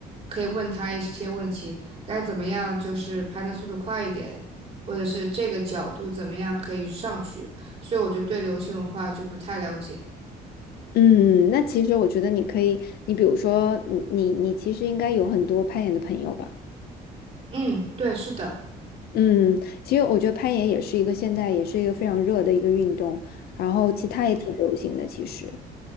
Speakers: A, on the right (about 35°); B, on the left (about 65°).
A: 可以问他一些问题，该怎么样就是攀的速度快一点，或者是这个角度怎么样可以上去。所以我就对流行文化就不太了解。
B: 嗯，那其实我觉得你可以，你比如说，你你你其实应该有很多攀岩的朋友吧？
A: 嗯，对，是的，
B: 嗯，其实我觉得攀岩也是一个现在也是一个非常热的一个运动，然后其他也挺流行的，
A: 嗯，
B: 其实。